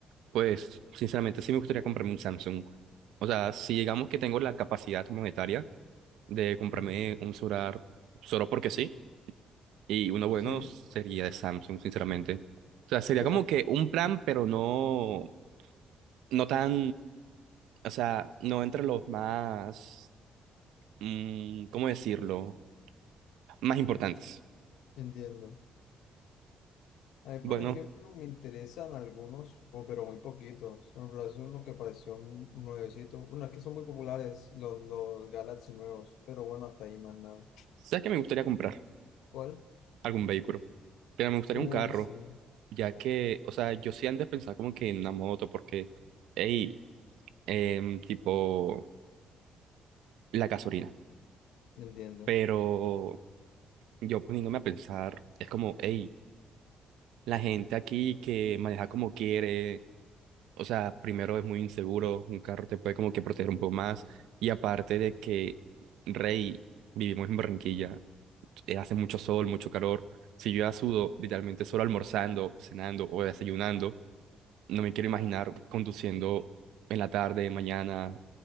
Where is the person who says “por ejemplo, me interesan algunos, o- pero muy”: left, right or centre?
Left